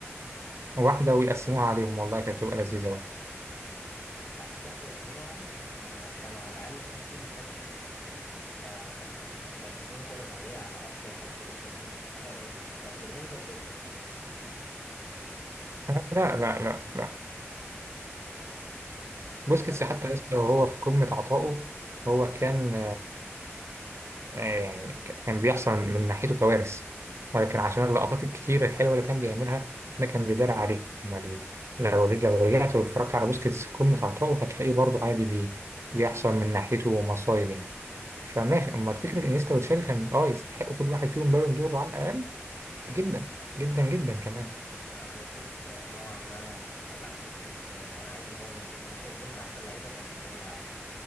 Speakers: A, on the right; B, on the left.
A: واحدة ويقسموها عليهم والله كانت تبقى لذيذة برضه
B: لا مش واحدة وقسموها عليهم هما كانوا على الأقل كل واحد فيهم محتاج يعني انت انت مح... يعني اتنين كرة ذهبية على أفضل خط نص دي ما كانتش حاجة قليلة طب بالنسبة لبوسكيتس
A: لا لا لا لا, لا. بوسكيتس
B: ما كان
A: حتى لسه وهو في قمة عطائه هو كان آه، يعني ك- كان بيحصل من ناحيته كوارث ولكن عشان اللقطات الكتير الحلوة اللي كان بيعملها ده كان بيدار عليه أما ال- لو رج- لو رجعت واتفرجت على بوسكيتس في قمة عطائه هتلاقيه برضه عادي بي بيحصل من ناحيته مصايب يعني فماشي أما فكرة إنيستا وتشافي كان أه يستحقوا كل واحد فيهم بالون دور على الأقل جدا جدا جدا كمان
B: أنا بشوف نوعا ما لا بوسكيتس كان عادي هو م- ممكن يكون من أحسن لعيبة وكان يستاهلها عادي